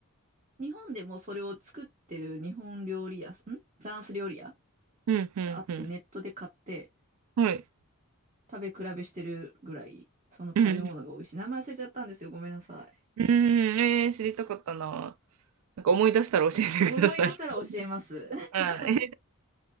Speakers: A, on the right; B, on the right.
A: 日本でもそれを作ってる日本料理屋さん、んフランス料理屋
B: うんうんうん。
A: があって、ネットで買って
B: はい。
A: 食べ比べしてるぐらい、その食べ物が美味しい。
B: うん。
A: 名前忘れちゃったんですよ。ごめんなさい。
B: うん、えー、知りたかったな。なんか思い出したら教えてください。
A: 思い出したら教えます。
B: <laughs>
A: <laughs>
B: はい。